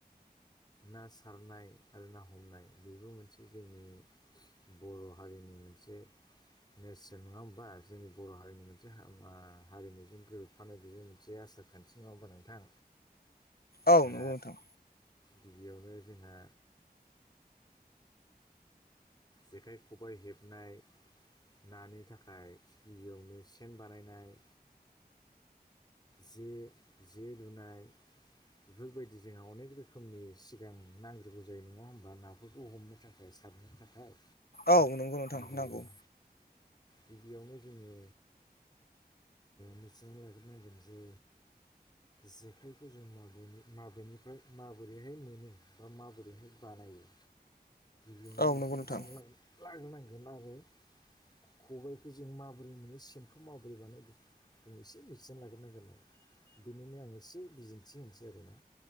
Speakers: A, on the left; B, on the left.
A: ना सारनाय आरो ना हमनाय बेबो मोनसे जोंनि बर' हारिनि मोनसे नेेरसोन नङा होमबा जोंनि बर' हारिनि मोनसे हारिमुजों गोरोबफानाय बेबो मोनसे आसार खान्थि मावबो नोंथां
B: औ
A: दा
B: नंगौ नोंथां।
A: गिबियावनो जोंहा जेखाइ खबाय हेबनाय नानि थाखाय गिबियावनो सेन बानायनाय जे जे लुनाय बेफोरबायदि जोंहा अनेक रोखोमनि सिगां नांग्रोगौ जायो नङा होमबा नाफोरखौ हमनो। थाखाय सारनो थाखाय
B: औ नंगौ नोंथां
A: आरो
B: नांगौ।
A: गिबियावनो जोङो मिथिनानै लाग्रोनांगोन जे जेखाइखौ जों माबेनिफ्राय माबोरैहाय मोनो बा माबोरैहाय बाना लायो। जों बेखौ
B: औ नंगौ
A: मिथिनानै
B: नोंथां
A: लाग्रोनांगोन। खबायखौ जों माबोरै मोनो सेनखौ माबोरै बानायो। जों एसे मिथिनानै लाग्रोनांगोन आरो बेनिनो आं एसे बिदिन्थि होनोसै आरोना।